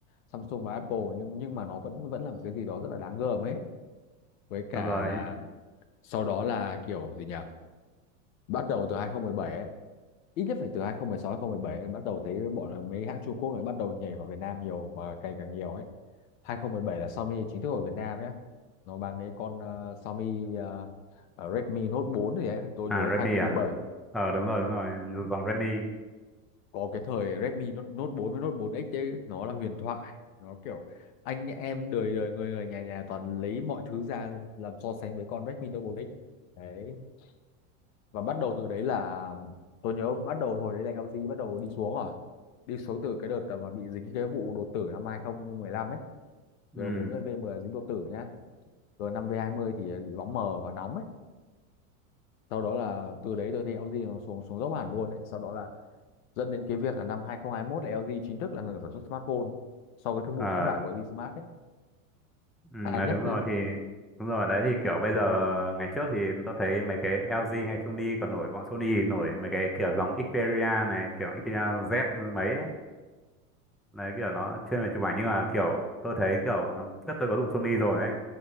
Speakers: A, on the left; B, in the centre.
A: Samsung và Apple nhưng nhưng mà nó vẫn vẫn là một cái gì đó rất là đáng gờm ấy. Với cả
B: đúng rồi
A: là sau đó là kiểu gì nhỉ? Bắt đầu từ 2017 ấy ít nhất phải từ 2016 2017 em bắt đầu thấy bọn mấy hãng Trung Quốc này bắt đầu nhảy vào Việt Nam nhiều mà càng càng nhiều ấy 2017 là Xiaomi chính thức ở Việt Nam nhé nó bán mấy con ờ, Xiaomi ờ, ờ, Redmi Note 4 gì đấy tôi
B: à
A: nhớ
B: Redmi
A: 2017
B: à ờ đúng rồi đúng rồi dòng Redmi
A: có cái thời Redmi Note, Note 4 với Note 4X đấy nó là huyền thoại nó kiểu anh em đời đời người người nhà nhà toàn lấy mọi thứ ra làm so sánh với con Redmi Note 4X đấy và bắt đầu từ đấy là tôi nhớ bắt đầu hồi đấy là LG bắt đầu đi xuống rồi đi xuống từ cái đợt mà bị dính cái vụ đột tử năm hai không một lăm ấy
B: ừ
A: G40 v mười dính đột tử nhá G5 v mươi thì bị bóng mờ và nóng ấy sau đó là từ đấy tôi thấy LG nó xuống xuống dốc hẳn luôn đấy sau đó là dẫn đến cái việc là năm 2021 là LG chính thức là ngừng sản xuất smartphone sau cái thương
B: Ờ.
A: vụ thất bại của LG Smart ấy
B: Ừ, mà
A: à nhắc
B: đúng
A: tới
B: rồi thì đúng rồi đấy thì kiểu bây giờ ngày trước thì tôi thấy mấy cái LG hay Sony còn nổi bọn Sony thì nổi mấy cái kiểu dòng Xperia này kiểu Xperia Z mấy ấy đấy kiểu nó chuyên về chụp ảnh nhưng mà kiểu tôi thấy kiểu trước tôi có dùng Sony rồi ấy